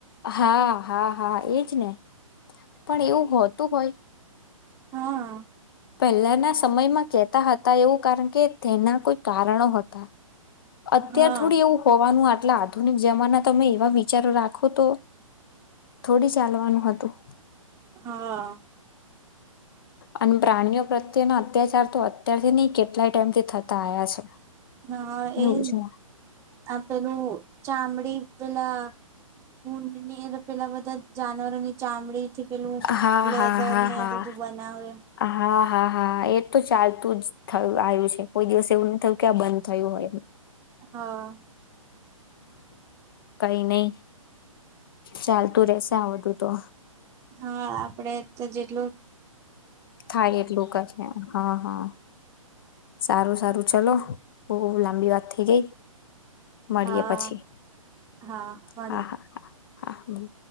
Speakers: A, on the left; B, on the right.
A: હા હા હા એજ ને પણ એવું હોતું હોય
B: હા.
A: પહેલાના સમયમાં કહેતા હતા એવું કારણ કે તેના કોઈ કારણો હતા. અત્યાર
B: હા
A: થોડી એવું હોવાનું આટલા આધુનિક જમાના તમે એવા વિચારો રાખો તો થોડી ચાલવાનું હતું.
B: હા
A: અને પ્રાણીઓ પ્રત્યેના અત્યાચાર તો અત્યારથી નહિ કેટલાય ટાઈમથી થતા આયા છે.
B: હા
A: એવું
B: એજ
A: છે
B: આ પેલું ચામડી પેલા ઉડની એ પેલા બધા જાનવરોની ચામડી થી પેલું
A: હા
B: લેધર
A: હા હા
B: ને
A: હા
B: બધું બનાવે
A: હા હા હા એ તો ચાલતું જ થયું આવ્યું છે કોઈ દિવસ એવું ન થયું કે આ બંધ થયું હોય એ
B: હા
A: કઈ નહિ ચાલતું રેશે આ બધું તો
B: હા આપડે તો જેટલું
A: થાય એટલું કરી જ હા હા. સારું સારું ચલો બહુ લાંબી વાત થઇ ગઈ. મળીએ
B: હા
A: પછી
B: હા મળી
A: હા હા હા. હમ.